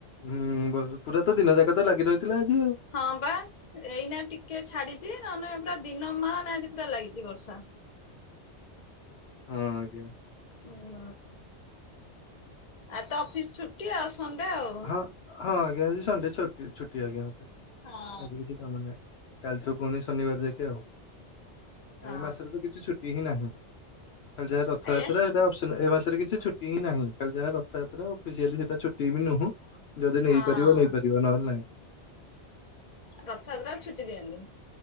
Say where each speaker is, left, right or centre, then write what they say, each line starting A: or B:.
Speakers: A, on the left (about 65°); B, on the left (about 40°).
A: ହୁଁ ବ ପୁରା ତ ଦିନ ଯାକା ତ ଲାଗି ରହିଥିଲା ଆଜି ଆଉ।
B: ହଁ ବା। ଏଇନା ଟିକେ ଛାଡିଛି ନ ନେ ପୁରା ଦିନ ମାନ ଆଜି ପୁରା ଲାଗିଛି ବର୍ଷା।
A: ହଁ ଆଜ୍ଞା।
B: ହ ଆଉ ତ ଅଫିସ ଛୁଟି ଆଉ ସଣ୍ଡେ ଆଉ।
A: ହଁ ହଁ ଆଜ୍ଞା ଆଜି ସଂଣ୍ଡେ ଛୁ ଛୁଟି ଆଜ୍ଞା
B: ହଁ।
A: ଆଜି କିଛି କାମ ନାହିଁ। କାଲିଛୁ ପୁଣି ଶନିବାର ଯାକେ ଆଉ
B: ହଁ
A: ଏଇ ମାସରେ ତ କିଛି ଛୁଟି ହିଁ ନାହିଁ। ଖାଲି ଯାହା ରଥଯାତ୍ରା
B: ଆଜ୍ଞା।
A: ଏବେ ଏ ମାସରେ କିଛିଛୁଟି ହିଁ ନାହିଁ ଖାଲି ଯାହା ରଥଯାତ୍ରା ଅଫିସିଆଲି ସେଟା ଛୁଟି ବି ନୁହଁ। ଯଦି ନେଇପାରିବ
B: ହଁ।
A: ନେଇପାରିବ ନହେଲେ ନାଇଁ।
B: ରଥଯାତ୍ରା ଛୁଟି ଦିଏନି?